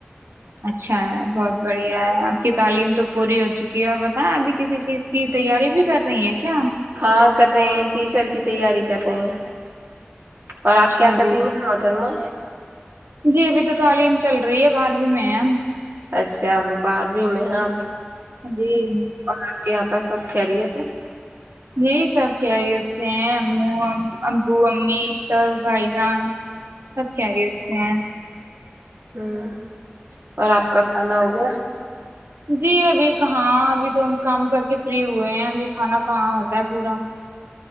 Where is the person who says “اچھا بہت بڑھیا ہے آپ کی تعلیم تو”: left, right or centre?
Right